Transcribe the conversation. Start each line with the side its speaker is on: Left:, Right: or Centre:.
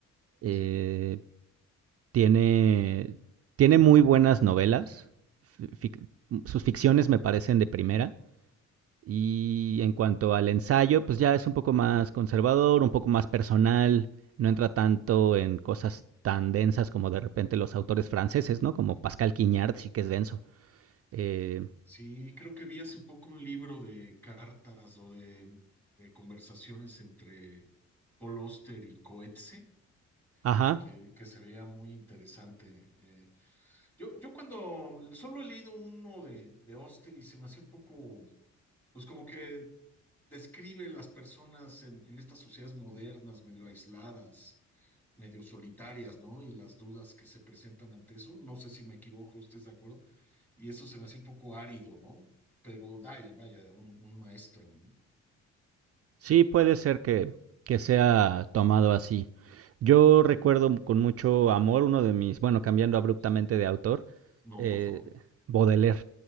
Right: Eh,
Centre: sí,
Right: tiene, tiene muy buenas novelas. Fic- sus ficciones me parecen de primera. Y en cuanto al ensayo, pues ya es un poco más conservador, un poco más personal. No entra tanto en cosas tan densas como de repente los autores franceses, ¿no? Como Pascal Quignard,
Centre: sí.
Right: sí que es denso. Eh,
Centre: Sí, creo que vi hace poco un libro de cartas o de, de conversaciones entre Paul Auster y Coetzee,
Right: ajá,
Centre: que, que se veía muy interesante. Eh, yo, yo cuando solo he leído uno de, de Auster y se me hacía un poco pues como que describe las personas en, en estas sociedades modernas, medio aisladas, medio solitarias, ¿no? Y las dudas que se presentan ante eso. No sé si me equivoco, ¿usted es de acuerdo? Y eso se me hace un poco árido, ¿no? Pero vaya, vaya, un, un maestro, ¿no?
Right: Sí, puede ser que, que sea tomado así. Yo recuerdo m- con mucho amor uno de mis, bueno, cambiando
Centre: Sí.
Right: abruptamente de autor,
Centre: No,
Right: eh,
Centre: por favor.
Right: Baudelaire.